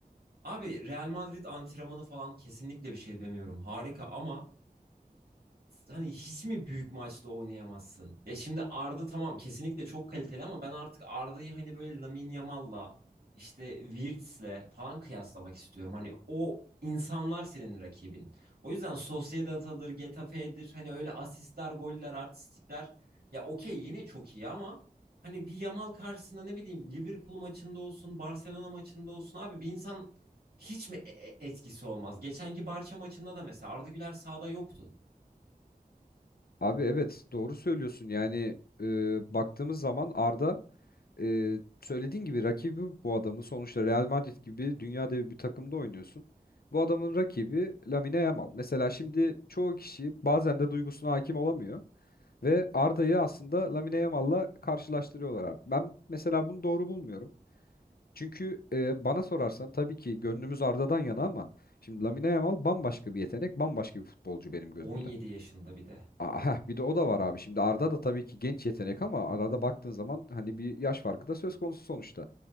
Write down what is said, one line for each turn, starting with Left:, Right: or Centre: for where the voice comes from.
Right: Abi Real Madrid antrenmanı falan kesinlikle bir şey demiyorum. Harika ama hani hiç mi büyük maçta oynayamazsın? Ya şimdi Arda tamam kesinlikle çok kaliteli ama ben artık Arda'yı hani böyle Lamine Yamal'la işte Wirtz'le falan kıyaslamak istiyorum. Hani o insanlar senin rakibin. O yüzden Sociedad'adır, Getafe'dir hani öyle asistler, goller, artistikler ya okey yine çok iyi ama hani bir Yamal karşısında ne bileyim Liverpool maçında olsun, Barcelona maçında olsun abi bir insan hiç mi e- e- etkisi olmaz? Geçenki Barça maçında da mesela Arda Güler sahada yoktu.
Left: Abi evet doğru söylüyorsun. Yani e, baktığımız zaman Arda e, söylediğin gibi rakibi bu adamın sonuçta Real Madrid gibi dünya devi bir takımda oynuyorsun. Bu adamın rakibi Lamine Yamal. Mesela şimdi çoğu kişi bazen de duygusuna hakim olamıyor ve Arda'yı aslında Lamine Yamal'la karşılaştırıyorlar abi. Ben mesela bunu doğru bulmuyorum. Çünkü e, bana sorarsan tabii ki gönlümüz Arda'dan yana ama şimdi Lamine Yamal bambaşka bir yetenek, bambaşka bir futbolcu benim gözümde.
Right: 17 yaşında bir de.
Left: Aa, heh, bir de o da var abi. Şimdi Arda da tabii ki genç yetenek ama arada baktığın zaman hani bir yaş farkı da söz konusu sonuçta.